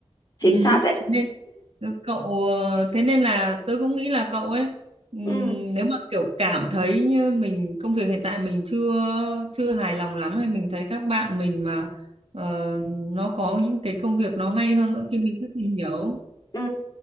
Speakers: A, on the left; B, on the right.
A: chính
B: Ừ,
A: xác đấy
B: thế nên ừ, cậu ờ, thế nên là tớ cũng nghĩ là cậu ấy ừm,
A: ừ
B: nếu mà kiểu cảm thấy như mình công việc hiện tại mình chưa chưa hài lòng lắm hay mình thấy các bạn mình mà ờ, nó có những cái công việc nó hay hơn nữa thì mình cứ tìm hiểu.
A: ừ